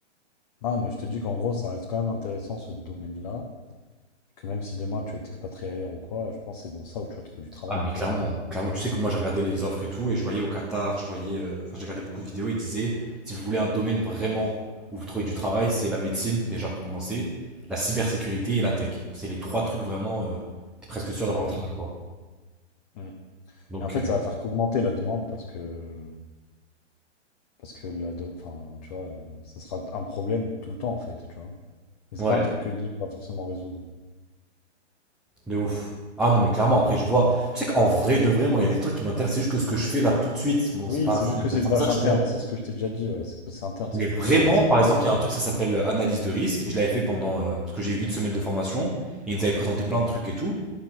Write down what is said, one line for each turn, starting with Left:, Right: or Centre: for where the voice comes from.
Left: Non, mais je te dis qu'en gros, ça reste quand même intéressant ce domaine-là. Et que même si demain tu veux t'expatrier ailleurs ou quoi, je pense que c'est dans ça où tu vas trouver du travail
Centre: Ah,
Left: en
Centre: mais
Left: fait.
Centre: clairement,
Left: hein.
Centre: clairement, tu sais que moi, j'ai regardé les offres et tout, et je voyais au Qatar, je voyais, euh, enfin, j'ai regardé beaucoup de vidéos, ils disaient, si vous voulez un domaine vraiment où vous trouvez du travail, c'est la médecine, déjà pour commencer, la cybersécurité et la tech. C'est les trois trucs vraiment, euh, t'es presque sûr d'avoir
Left: Ouais.
Centre: un travail, quoi.
Left: Mm.
Centre: Donc,
Left: Et en fait, ça va faire qu'augmenter la demande parce que Parce que la do enfin, tu vois, heu, ça sera un problème tout le temps, en fait, tu vois? Et c'est
Centre: euh, ouais.
Left: pas un truc que l'IA va forcément résoudre.
Centre: De ouf. Ah non, mais clairement, après, je vois. Tu sais qu'en vrai, de vrai, moi, il y a des trucs qui m'intéressent. C'est juste que ce que je fais là tout de suite, bon,
Left: Oui,
Centre: c'est pas
Left: c'est
Centre: assez
Left: juste que
Centre: intéressant
Left: c'est une tâche
Centre: que ça, tu
Left: interne,
Centre: vois.
Left: c'est ce que je t'ai déjà dit, ouais. C'est c'est interne,
Centre: Mais
Left: c'est
Centre: vraiment,
Left: pourri, mais c'est
Centre: par
Left: une tâche.
Centre: exemple, il y a un truc, ça s'appelle euh, analyse de risque. Et je l'avais fait pendant. euh, parce que j'ai eu une semaine de formation. Et ils nous avaient présenté plein de trucs et tout.